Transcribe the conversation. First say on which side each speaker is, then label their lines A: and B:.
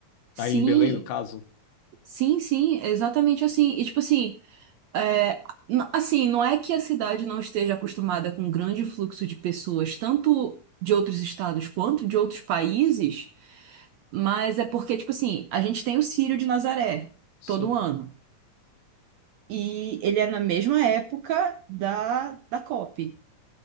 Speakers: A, on the right; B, on the left.
A: Sim,
B: Aí em Belém, no caso?
A: sim, sim, exatamente assim. E tipo assim. É, n- assim, não é que a cidade não esteja acostumada com um grande fluxo de pessoas, tanto de outros estados quanto de outros países, mas é porque, tipo assim, a gente tem o Círio de Nazaré
B: Sim.
A: todo ano. E ele é na mesma época da, da COP.